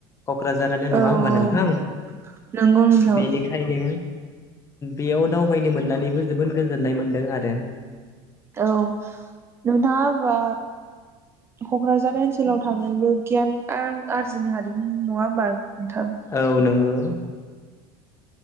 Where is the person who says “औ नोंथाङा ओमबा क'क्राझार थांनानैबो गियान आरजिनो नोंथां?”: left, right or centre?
Right